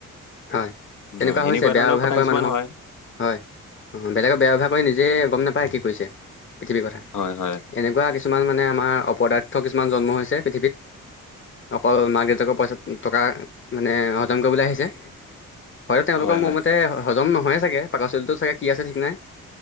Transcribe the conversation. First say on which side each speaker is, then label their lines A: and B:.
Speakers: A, on the left; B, on the left.
A: হয়, তেনেকুৱা
B: হয় এনেকুৱা
A: হৈছে বেয়া
B: ধৰণৰ
A: ব্যৱহাৰ
B: কথা
A: কৰা
B: কিছুমান
A: মানুহক
B: হয়
A: হয়, অ, বেলেগক বেয়া ব্যৱহাৰ কৰে, নিজে গম নাপায় কি কৰিছে পৃথিৱীৰ কথা,
B: হয় হয়
A: এনেকুৱা কিছুমান মানে আমাৰ অপদাৰ্থ কিছুমান জন্ম হৈছে, পৃথিৱীত অকল মাক-দেউতাকৰ পইচা, টকা মানে হজম কৰিবলৈ আহিছে। হয়তো তেওঁলোকৰ
B: হয়
A: মোৰ
B: হয়
A: মতে হজম নহয়ে চাগে, পাকস্থলীটো চাগে কি আছে ঠিক নাই।